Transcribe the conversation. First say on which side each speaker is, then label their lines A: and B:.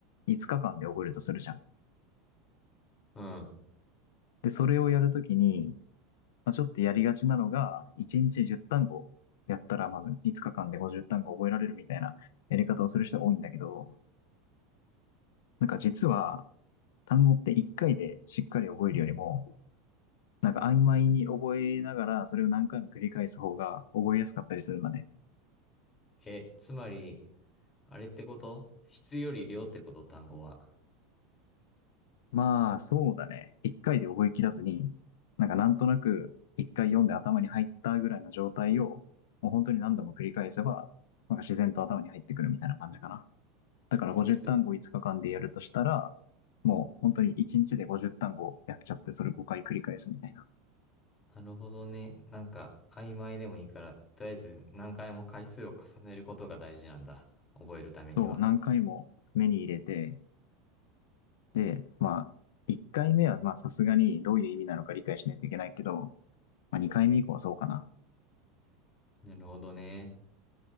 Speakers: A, on the left (about 85°); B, on the left (about 20°).
A: 5日間で覚えるとするじゃん。
B: うん。
A: で、それをやるときに、まあ、ちょっとやりがちなのが、1日10単語やったら、まず5日間で50単語覚えられるみたいなやり方をする人が多いんだけど、なんか実は、単語って一回でしっかり覚えるよりも、なんか曖昧に覚えながら、それを何回も繰り返す方が覚えやすかったりするんだね。
B: え、つまり、あれってこと質より量ってこと単語は。
A: まあ、そうだね。一回で覚えきらずに、なんかなんとなく一回読んで頭に入ったぐらいの状態を、もう本当に何度も繰り返せば、なんか自然と頭に入ってくるみたいな感じかな。だから50単語5日間でやるとしたら、
B: 適当。
A: もう本当に1日で50単語やっちゃって、それ5回繰り返すみたいな。
B: なるほどね。なんか、曖昧でもいいから、とりあえず何回も回数を重ねることが大事なんだ。覚えるためには。
A: そう、何回も目に入れて、で、まあ、1回目は、まあ、さすがにどういう意味なのか理解しないといけないけど、まあ、2回目以降はそうかな。
B: なるほどね。